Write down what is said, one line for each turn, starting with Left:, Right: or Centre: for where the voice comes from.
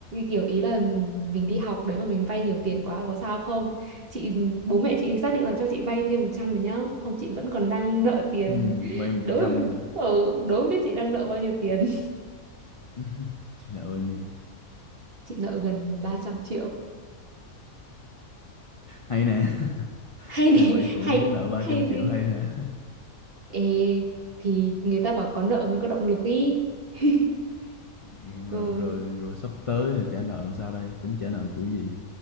Right: kiểu ý là mình đi học đấy mà mình vay nhiều tiền quá có sao không chị bố mẹ chị xác định là cho chị vay thêm 100 rồi nhá xong chị vẫn còn đang nợ tiền
Left: ừ,
Right: <laughs>
Left: vay một
Right: đố
Left: trăm
Right: mà biết-
Left: mà
Right: ờ, đố mà biết chị đang nợ bao nhiêu tiền <laughs>
Left: <laughs> chị nợ bao nhiêu
Right: chị nợ gần ba trăm triệu
Left: hay nè <laughs>
Right: hay
Left: hai
Right: nè
Left: bảy tuổi
Right: hay
Left: muốn nợ ba
Right: hay
Left: trăm triệu
Right: gì
Left: hay nè
Right: Ê, thì người ta bảo có nợ mới có động lực ý. <laughs>
Left: nhưng
Right: Ừ.
Left: mà rồi rồi sắp tới là trả nợ làm sao đây tính trả nợ kiểu gì